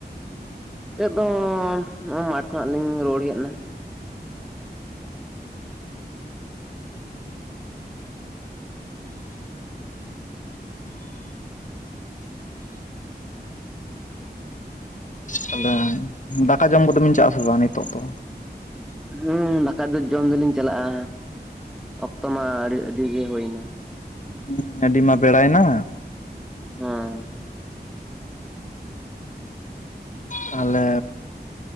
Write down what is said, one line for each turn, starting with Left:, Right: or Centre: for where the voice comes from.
Centre: ᱮᱫᱚᱢ ᱱᱚᱜ-ᱚ ᱢᱟᱴᱷ ᱠᱷᱚᱱᱟᱜ ᱞᱤᱧ ᱨᱩᱣᱟᱹᱲ ᱦᱮᱜ ᱱᱟ᱾
Left: ᱛᱟᱦᱞᱮ ᱫᱟᱠᱟ ᱡᱚᱢ ᱠᱚᱫᱚ ᱵᱤᱱ ᱪᱟᱜ-ᱟ ᱥᱮ ᱵᱟᱝ ᱱᱤᱛᱚᱜ ᱫᱚ᱾
Centre: ᱦᱩᱸ ᱫᱟᱠᱟ ᱫᱚ ᱡᱚᱢ ᱫᱚᱞᱤᱧ ᱪᱟᱞᱟᱜ-ᱟ ᱚᱠᱛᱚ ᱢᱟ ᱟᱹᱰᱤ ᱟᱹᱰᱤ ᱜᱮ ᱦᱳᱭᱱᱟ᱾
Left: ᱦᱩᱸ ᱟᱹᱰᱤ ᱢᱟ ᱵᱮᱲᱟᱭ ᱱᱟ᱾
Centre: ᱦᱮᱸ᱾
Left: ᱛᱟᱦᱞᱮ